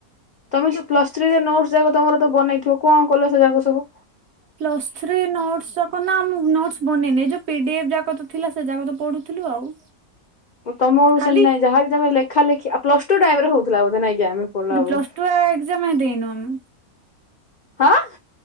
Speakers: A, on the left; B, on the right.
A: ତମେ ଯୋଉ ପ୍ଲସ ଥ୍ରୀରେ ନୋଟ ଯାକ ତମର ତ ବନେଇଥିବ, କଣ କଲ ସେ ଯାକ ସବୁ?
B: ପ୍ଲସ୍ ଥ୍ରୀ ନୋଟ ଆସକ ନା ମୁ ନୋଟ ବନେଇନି, ଯୋଉ ପିଡିଏଫ୍ ଜାଗତ ଥିଲା ସେ ଜାଗତ ପଢୁଥିଲୁ ଆଉ
A: ତମରକୁ
B: ଖାଲି
A: ସେନ ନାଇଁ ଯାହାବି ତମେ ଲେଖାଲେଖି ଆ ପ୍ଲସ ଟୁ ଟାଇମ ରେ ହଉଥିଲା ବୋଧେ ନାଇଁ? କି ଆମେ ପଢିଲା ବେଳକୁ
B: ପ୍ଲସ୍ ଟୁ ଆ ଏକ୍ସାମ ଦେଇନୁ ଆମେ।
A: ହାଁ